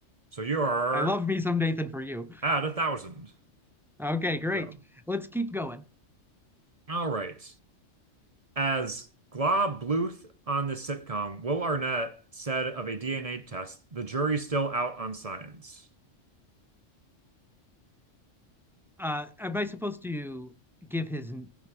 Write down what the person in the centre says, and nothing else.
I love me some Nathan for you.
Okay, great.
Let's keep going.
Uh, am I supposed to give his? n-